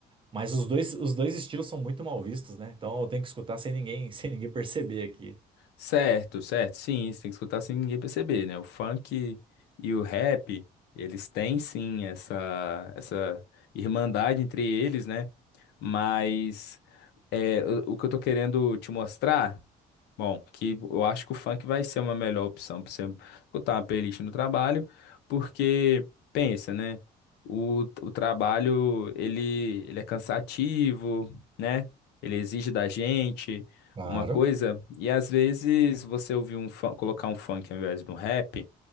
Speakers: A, on the right; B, on the left.
A: Mas os dois, os dois estilos são muito mal vistos, né? Então eu tenho que escutar sem ninguém, <laughs> sem ninguém perceber aqui.
B: Certo, certo. Sim, você tem que escutar sem ninguém perceber, né? O funk e o rap, eles têm sim essa, essa irmandade entre eles, né? Mas. É, o, o que eu tô querendo te mostrar, bom, que eu acho que o funk vai ser uma melhor opção pra você botar uma playlist no trabalho, porque pensa, né? O, o trabalho ele, ele é cansativo, né? Ele exige da gente
A: Claro.
B: uma coisa, e às vezes você ouvir um fun- colocar um funk ao invés de um rap